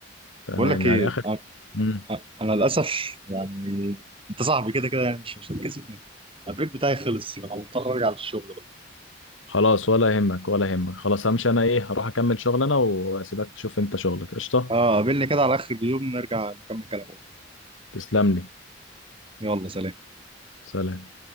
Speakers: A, on the left; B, on the right.
A: تمام
B: بقول لك ايه
A: يعني اخر
B: أ-
A: امم
B: أ- انا للاسف يعني انت صاحبي كده كده يعني مش مش هتكسف مني البريك بتاعي خلص فانا مضطر ارجع للشغل
A: خلاص ولا يهمك ولا يهمك خلاص همشي انا ايه هروح اكمل شغل انا واسيبك تشوف انت شغلك قشطه
B: اه قابلني كده على اخر اليوم نرجع نكمل كلام
A: تسلم لي
B: يلا سلام
A: سلام